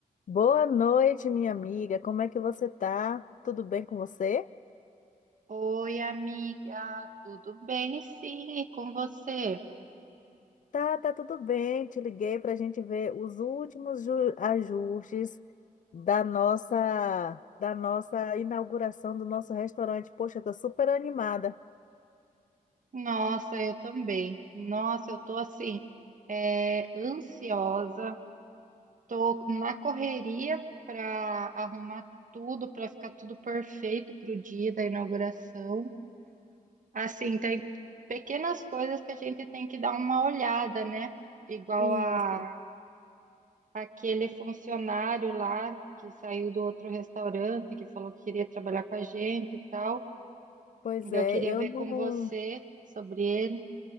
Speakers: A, on the left; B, on the right.
A: Boa noite, minha amiga. Como é que você tá? Tudo bem com você?
B: Oi, amiga, tudo bem? Sim, e com você?
A: Tá, tá tudo bem. Te liguei para a gente ver os últimos ju- ajustes da nossa da nossa inauguração do nosso restaurante. Poxa, eu tô super animada.
B: Nossa, eu também. Nossa, eu tô assim, é, ansiosa, tô na correria para arrumar tudo, para ficar tudo perfeito para o dia da inauguração. Assim, tem pequenas coisas que a gente tem que dar uma olhada, né? Igual
A: Isso.
B: a aquele funcionário lá que saiu do outro restaurante, que falou que queria trabalhar com a gente e tal.
A: Pois
B: Então,
A: é,
B: Eu queria
A: eu
B: ver
A: não
B: com você sobre ele.